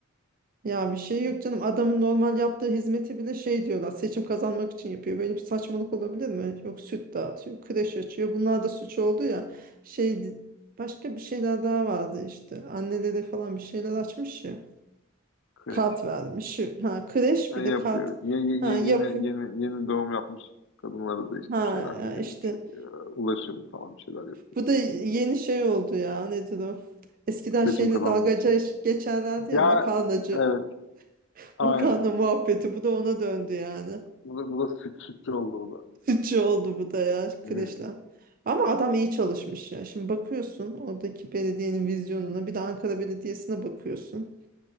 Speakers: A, on the right; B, on the left.
A: Ya bir şey yok canım. Adamın normal yaptığı hizmeti bile şey diyorlar. Seçim kazanmak için yapıyor. Böyle bir saçmalık olabilir mi? Yok süt dağıtıyor, kreş açıyor. Bunlar da suç oldu ya. Şey başka bir şeyler daha vardı işte. Annelere falan bir şeyler açmış ya.
B: Kreş.
A: Kart vermiş. Şu- Ha kreş
B: Ya
A: bir
B: yapıyor.
A: de kart.
B: Ye- ye-
A: Ha
B: ye-
A: yapıyor.
B: yeni, yeni, yeni doğum yapmış kadınlara da işte
A: Ha
B: bir şeyler
A: ya
B: veriyor.
A: işte
B: Bir şey, e, ulaşım falan bir şeyler yapıyor.
A: bu da yeni şey oldu ya. Nedir o? Eskiden
B: Seçim
A: şeyle
B: kazanmak
A: dalgaca
B: için.
A: geçerlerdi ya
B: Ya
A: makarnacı.
B: evet
A: <laughs>
B: aynen.
A: Makarna muhabbeti bu da ona döndü yani.
B: Bu da, bu da süt, sütçü oldu bu da.
A: Sıkıcı oldu bu da ya kreşle.
B: Hmm,
A: Ama adam iyi çalışmış ya. Şimdi bakıyorsun oradaki belediyenin vizyonuna bir de Ankara Belediyesi'ne bakıyorsun.